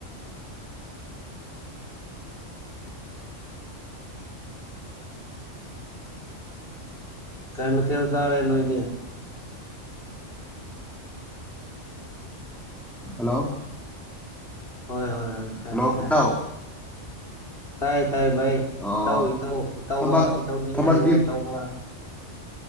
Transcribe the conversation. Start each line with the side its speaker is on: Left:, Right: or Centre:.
Left: ꯀꯔꯤ ꯃꯊꯦꯜ ꯆꯥꯔꯦ ꯅꯣꯏꯗꯤ
Centre: ꯍꯜꯂꯣ
Left: ꯍꯣꯏ ꯍꯣꯏ ꯍꯣꯏ ꯇꯥꯔꯦ
Centre: ꯍꯜꯂꯣ
Left: ꯇꯥꯔꯦ
Centre: ꯏꯇꯥꯎ
Left: ꯇꯥꯏ ꯇꯥꯏꯌꯦ ꯚꯥꯏ
Centre: ꯑꯣ
Left: ꯏꯇꯥꯎ ꯏꯇꯥꯎ ꯏꯇꯥꯎꯕ
Centre: ꯊꯕꯛ
Left: ꯏꯇꯥꯎꯕꯤ
Centre: ꯊꯕꯛꯇꯤ
Left: ꯍꯥꯏꯒꯦꯔꯥ ꯏꯇꯥꯎꯕꯥ